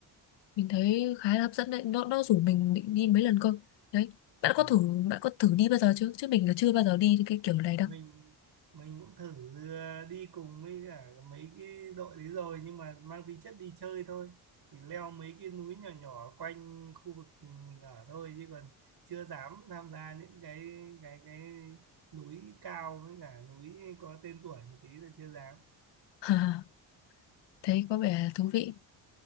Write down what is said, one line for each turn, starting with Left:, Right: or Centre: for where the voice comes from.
Left: Mình thấy khá là hấp dẫn đấy. Nó nó rủ mình định đi mấy lần cơ. Đấy. Bạn
Right: ừ.
Left: có
Right: ừ.
Left: thử bạn có thử đi bao giờ chưa? Chứ mình là chưa bao giờ đi cái kiểu này
Right: mình
Left: đâu.
Right: mình cũng thử ờ, đi cùng với cả mấy cái đội đấy rồi nhưng mà mang tính chất đi chơi thôi thì leo mấy cái núi nhỏ nhỏ quanh khu vực mình ở thôi chứ còn chưa dám tham gia những cái cái cái núi cao với cả núi có tên tuổi một tí là chưa dám
Left: <laughs> Thấy có vẻ thú vị.